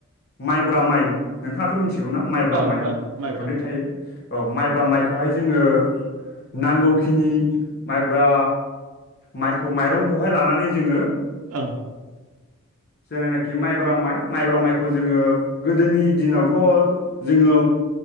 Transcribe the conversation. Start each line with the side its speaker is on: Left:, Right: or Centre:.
Left: माइब्रा माइ नोंथाङाथ' मिथिगौ ना? माइब्रा माइ
Right: औ ओं माइब्रा
Left: मोननै थायो औ
Right: ओं
Left: माइब्रा माइ खौहाय जोङो नांगौखिनि माइब्रा माइखौ माइरंखौहाय लानानै जोङो
Right: औ
Left: जेनेनाखि माइब्रा माइ माइब्रा माइखौ जोङो गोदोनि दिनावथ' जोङो